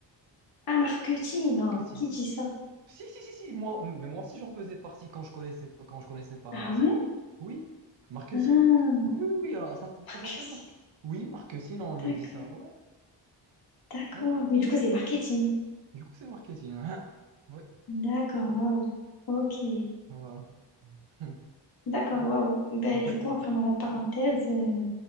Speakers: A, on the left (about 55°); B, on the right (about 80°).
A: Ah, marketing,
B: Marketing.
A: non, qui dit ça?
B: Si, si, si, si, moi, mais moi aussi j'en faisais partie quand je connaissais, quand je connaissais pas
A: Ah
B: Marc
A: ouais?
B: Oui, Marquesine.
A: Ah,
B: Oui, oui, oui, alors, ça, ça
A: marketing.
B: s'appelle Marc. Oui, Marquesine, on le
A: D'accord,
B: dit ça. Ouais,
A: d'accord.
B: ouais.
A: Mais du coup, c'est marketing.
B: Du coup, c'est Marquesine. hein. Ouais,
A: D'accord, waouh. Ok.
B: voilà. <laughs>
A: D'accord, waouh. Ben,
B: Bref,
A: du coup,
B: bref,
A: en fermant la parenthèse, euh,